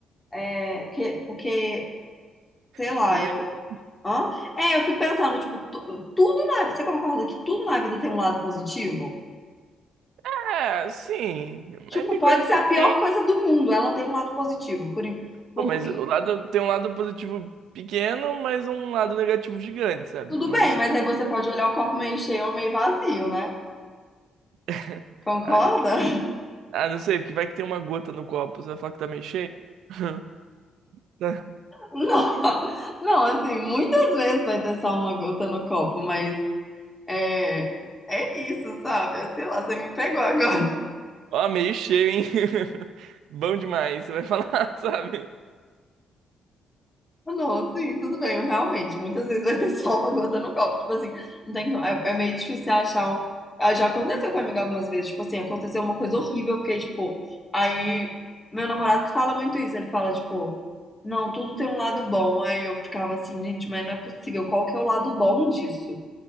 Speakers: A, on the left; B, on the right.
A: é, porque, porque, sei lá,
B: Tipo, Rick.
A: eu. Hã? É, eu fico pensando, tipo, tu- tudo na vida. Você concorda que tudo na vida tem um lado positivo?
B: É, sim.
A: Tipo,
B: Mas tem
A: pode
B: coisa
A: ser
B: que
A: a
B: tem.
A: pior coisa do mundo, ela tem um lado positivo. Por, in- por,
B: Pô, Mas o lado tem um lado positivo pequeno, mas um lado negativo gigante, sabe?
A: tudo
B: Não
A: bem,
B: sei.
A: mas aí você pode olhar o copo meio cheio ou meio vazio, né?
B: <laughs>
A: Concorda?
B: Ah, de- ah, não sei, porque vai que tem uma gota no copo. Você vai falar que tá meio cheio? <laughs> Tá.
A: Não, não, assim, muitas vezes vai ter só uma gota no copo, mas é, é isso, sabe? É, Sei lá, você me pegou agora. <laughs>
B: Ó, meio cheio, hein? <laughs> Bom demais, você vai falar, <laughs> sabe?
A: Ah, Não, sim, tudo bem, realmente, muitas vezes vai ter só uma gota no copo. Tipo assim, não tem, co- é, é meio difícil achar um. Ah, Já aconteceu comigo algumas vezes, tipo assim, aconteceu uma coisa horrível, eu fiquei, tipo, aí meu namorado que fala muito isso, ele fala, tipo, não, tudo tem um lado bom. Aí eu ficava assim, gente, mas não é possível, qual que é o lado bom disso?